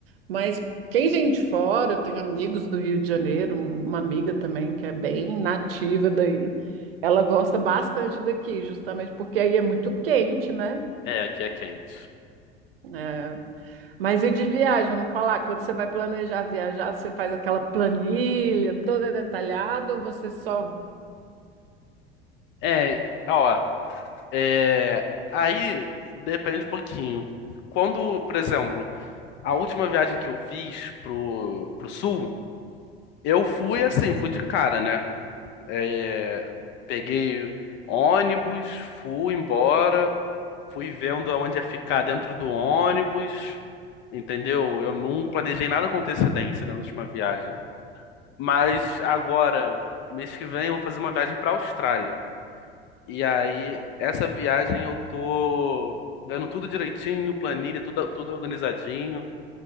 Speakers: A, on the right; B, on the left.
A: mas quem vem de fora, eu tenho amigos do Rio de Janeiro, um- uma amiga também que é bem nativa daí, ela gosta bastante daqui, justamente porque aí é muito quente, né?
B: É, aqui é quente.
A: É, Mas e de viagem, vamos falar, quando você vai planejar viajar, você faz aquela planilha toda detalhada ou você só...
B: É, ó, é, aí depende um pouquinho. Quando, por exemplo, a última viagem que eu fiz pro, pro sul, eu fui assim, fui de cara, né? É, Peguei ônibus, fui embora. fui vendo aonde ia ficar dentro do ônibus, entendeu? Eu não planejei nada com antecedência né, na última viagem. Mas agora, mês que vem, eu vou fazer uma viagem para a Austrália. E aí, essa viagem eu tô vendo tudo direitinho, planilha, tudo, tudo organizadinho,